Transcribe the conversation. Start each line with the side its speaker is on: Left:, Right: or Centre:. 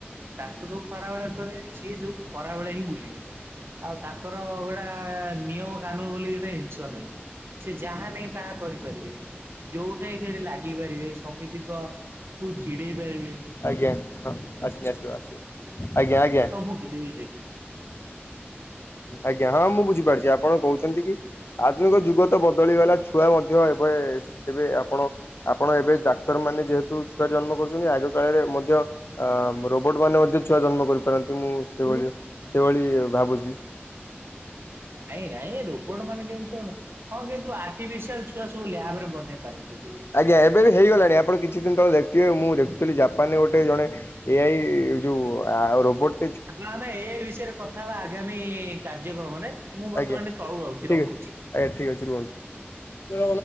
Right: ତାଙ୍କୁ ସବୁ ଖରା ବେଳିଆ <unintelligible> ସିଏ ସବୁ ଖରାବେଳେ ହିଁ ବୁଲିବେ। ଆଉ ତାଙ୍କର ଗୋଡା ନିୟମ କାନୁନ ବୋଲି ଗୋଟେ ଇନଷ ନାହିଁ। ସିଏ ଯାହା ନାହିଁ ତାହା କରିପାରିବେ ଯୋଉଠେ ସେଇଠେ ଲାଗିପାରିବେ ସମିତିଙ୍କ କୁ ଚିଡେଇ ପାରିବେ।
Left: ଆଜ୍ଞା ହଁ ଆସନି ଆସିବ ଆସିବ। ଆଜ୍ଞା ଆଜ୍ଞା।
Right: ସବୁ କିଛି <unintelligible>
Left: ଆଜ୍ଞା ହଁ ମୁଁ ବୁଝିପାରୁଚି ଆପଣ କହୁଚନ୍ତି କି ଆଧୁନିକ ଯୁଗ ତ ବଦଳିଗଲା ଛୁଆ ମଧ୍ୟ ଏବେ ଏବେ ଆପଣ ଆପଣ ଏବେ ଡାକ୍ତରମାନେ ଯେହେତୁ ଛୁଆ ଜନ୍ମ କରୁଛନ୍ତି ଆଗ କାଳରେ ମଧ୍ୟ ଆ ରୋବୋଟମାନେ ମଧ୍ୟ ଛୁଆ ଜନ୍ମ କରିପାରନ୍ତି ମୁଁ ସେଇଭଳିଆ ସେଇଭଳି ଭାବୁଛି।
Right: ନାଇଁ ନାଇଁ ରୋବୋଟମାନେ କେମିତି ଛୁଆ <unintelligible> ହଁ କିନ୍ତୁ ଆର୍ଟିଫିସିଆଲ୍ ଛୁଆ ସବୁ ଲ୍ୟାବରେ ବନେଇ ପାରନ୍ତି। <unintelligible>
Left: ଆଜ୍ଞା ଏବେ ବି ହେଇଗଲାଣି ଆପଣ କିଛି ଦିନ ତଳେ ଦେଖଥିବେ ମୁଁ ଦେଖୁଥିଲି ଜାପାନରେ ଗୋଟେ ଜଣେ ଏ ଆଇ ଏଇ ଯୋଉ ଆ ଆଉ ରୋବଟ୍
Right: ତାହେଲେ ଆମେ ଏ ଆଇ ବିଷେୟେରେ କଥା ହବା ଆଗାମୀ କାର୍ଯ୍ୟକ୍ରମରେ ମୁଁ ବର୍ତ୍ତମାନ
Left: ଆଜ୍ଞା।
Right: ଟିକେ ତଳୁ ଆଉଚି
Left: ଠିକ୍
Right: ରଖୁଛି।
Left: ଅଛି ଆଜ୍ଞା ଠିକ୍ ଅଛି ରୁହନ୍ତୁ